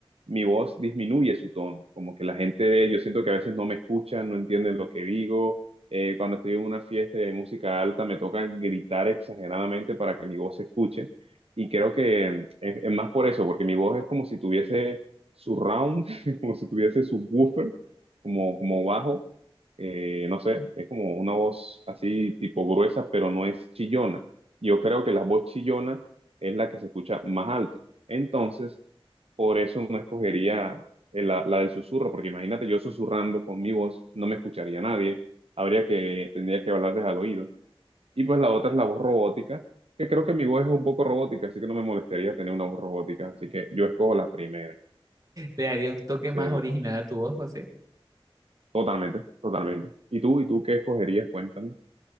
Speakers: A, on the right; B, on the right.
A: mi voz disminuye su tono, como que la gente, yo siento que a veces no me escuchan, no entienden lo que digo eh, cuando estoy en una fiesta de música alta me toca gritar exageradamente para que mi voz se escuche. Y creo que eh, es, es más por eso, porque mi voz es como si tuviese surround, <laughs> como si tuviese subwoofer, como, como bajo. Eh, no sé, es como una voz así tipo gruesa, pero no es chillona. Yo creo que la voz chillona es la que se escucha más alto. Entonces, por eso no escogería eh, la, la del susurro, porque imagínate yo susurrando con mi voz, no me escucharía nadie habría que, tendría que hablarles al oído. Y pues la otra es la voz robótica, que creo que mi voz es un poco robótica, así que no me molestaría tener una voz robótica, así que yo escojo la primera.
B: Le daría un toque
A: Sí,
B: más original a tu voz, José.
A: totalmente, totalmente. ¿Y tú? ¿Y tú qué escogerías? Cuéntame.